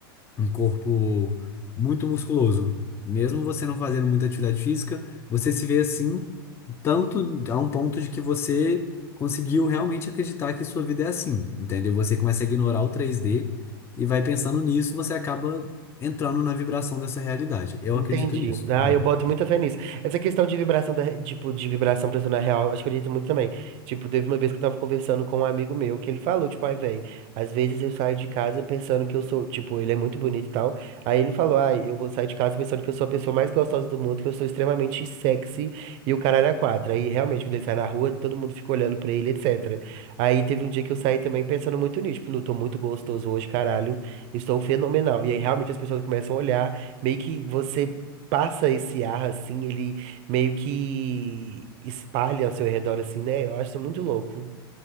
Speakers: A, on the left; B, on the right.
A: um corpo muito musculoso. Mesmo você não fazendo muita atividade física, você se vê assim, tanto a um ponto de que você conseguiu realmente acreditar que sua vida é assim, entendeu? Você começa a ignorar o 3D e vai pensando nisso, você acaba entrando na vibração dessa realidade. Eu
B: Entendi.
A: acredito nisso,
B: Ah,
A: sabe?
B: eu boto muita fé nisso. Essa questão de vibração, da, tipo, de vibração pra na real, acho que eu acredito muito também. Tipo, teve uma vez que eu tava conversando com um amigo meu, que ele falou, tipo, ai, velho, às vezes eu saio de casa pensando que eu sou, tipo, ele é muito bonito e tal. Aí ele falou, ai, eu vou sair de casa pensando que eu sou a pessoa mais gostosa do mundo, que eu sou extremamente sexy e o caralho é quatro. Aí, realmente, quando ele sai na rua, todo mundo fica olhando pra ele, etc. Aí teve um dia que eu saí também pensando muito nisso, tipo, não, tô muito gostoso hoje, caralho, estou fenomenal. E aí, realmente, as pessoas começam a olhar. Meio que você passa esse ar assim, ele meio que espalha ao seu redor assim, né? Eu acho isso muito louco.